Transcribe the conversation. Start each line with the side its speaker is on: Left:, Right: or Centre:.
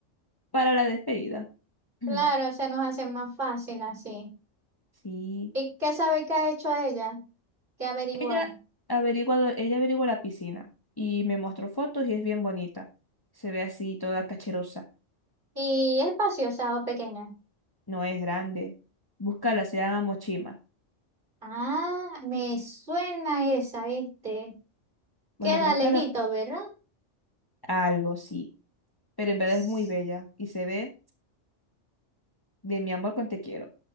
Left: para la despedida. <clears throat> Ujú.
Right: Claro, se nos hace más fácil así.
Left: Sí.
Right: ¿Y qué sabe que ha hecho ella? ¿Qué ha averiguado?
Left: Ella averiguado, ella averiguó la piscina y me mostró fotos y es bien bonita. Se ve así toda cacherosa.
Right: ¿Y es espaciosa o pequeña?
Left: No es grande. Búscala, se llama Mochima.
Right: Ah, me suena esa, ¿viste?
Left: Bueno,
Right: Queda
Left: búscala
Right: lejito, ¿verdad?
Left: algo, sí. Pero en verdad
Right: S-
Left: es muy bella y se ve de mi amor con te quiero.